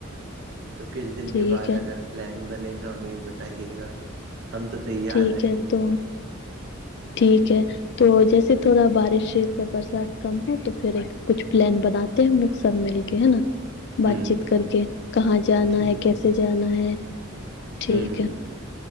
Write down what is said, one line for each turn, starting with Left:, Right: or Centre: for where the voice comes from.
Right: تو کچھ دن
Left: ٹھیک
Right: کے بعد
Left: ہے
Right: اگر پلان بنے تو ہمیں بھی بتائیے گا ہم تو تیار
Left: ٹھیک
Right: رہیں
Left: ہے
Right: گے
Left: تو ٹھیک ہے تو جیسے تھوڑا بارش س برسات کم ہو تو پھر ایک کچھ پلان بناتے ہیں ہم لوگ سب مل کے ہے نا بات
Right: ہوں
Left: چیت
Right: ہ
Left: کر کے کہاں جانا
Right: ٹھیک
Left: ہے کیسے
Right: ٹھیک
Left: جانا ہے ٹھیک
Right: ہ
Left: ہے
Right: ہ